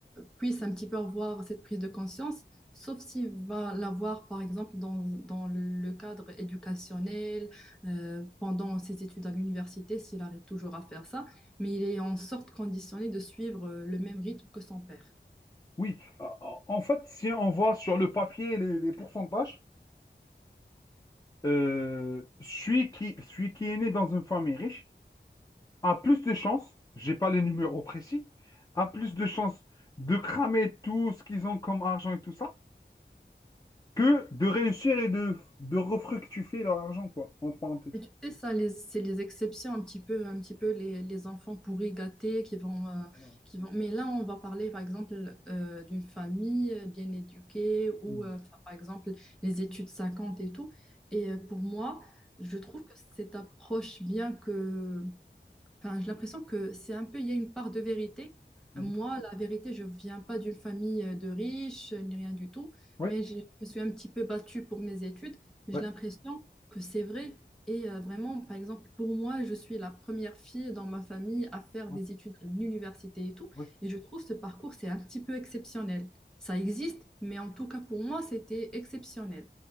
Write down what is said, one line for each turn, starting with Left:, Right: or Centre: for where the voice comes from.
Centre: puisse un petit peu avoir cette prise de conscience, sauf s'il va l'avoir, par exemple, dans, dans le cadre éducationnel, euh, pendant ses études à l'université, s'il arrive toujours à faire ça, mais il est en sorte conditionné de suivre euh, le même rythme que son père.
Left: Oui. Euh, En fait, si on voit sur le papier les, les pourcentages, euh, celui qui, celui qui est né dans une famille riche a plus de chances, j'ai pas les numéros précis, a plus de chances de cramer tout ce qu'ils ont comme argent et tout ça, que de réussir et de, de refructifier leur argent, quoi, en parenthèse.
Centre: Mais tu sais, ça, les- c'est les exceptions, un petit peu, un petit peu les, les enfants pourris gâtés qui vont, euh,
Left: Voilà.
Centre: qui vont. Mais là, on va parler, par exemple, euh, d'une famille bien éduquée ou,
Left: Mhm.
Centre: euh, enfin, par exemple, les études 50 et tout. Et euh, pour moi, je trouve que cette approche, bien que Enfin, j'ai l'impression que c'est un peu, il y a une part de vérité.
Left: Mhm.
Centre: Euh, Moi, la vérité, je viens pas d'une famille euh, de riches, euh, ni rien du tout,
Left: Ouais.
Centre: mais j'ai- je me suis un petit peu battue pour mes études, mais
Left: Ouais.
Centre: j'ai l'impression que c'est vrai. Et euh, vraiment, par exemple, pour moi, je suis la première fille dans ma famille à faire
Left: Ouais.
Centre: des études à l'université et tout,
Left: Oui.
Centre: et je trouve ce parcours, c'est un petit peu exceptionnel. Ça existe, mais en tout cas, pour moi, c'était exceptionnel.